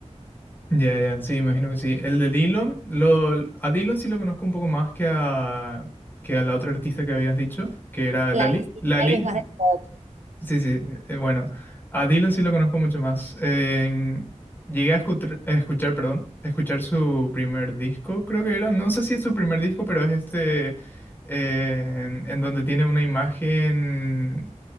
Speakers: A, on the left; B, on the right.
A: Ya, ya, sí, imagino que sí. El de Dillon, lo, a Dillon sí lo conozco un poco más que a, que a la otra artista que habías dicho, que era Lali.
B: La cali
A: Lali,
B: es más de pop.
A: sí, sí, eh, bueno, a Dillon sí lo conozco mucho más. En- llegué a escuchar, a escuchar, perdón, a escuchar su primer disco, creo que era, no sé si es su primer disco, pero es este, eh, en en donde tiene una imagen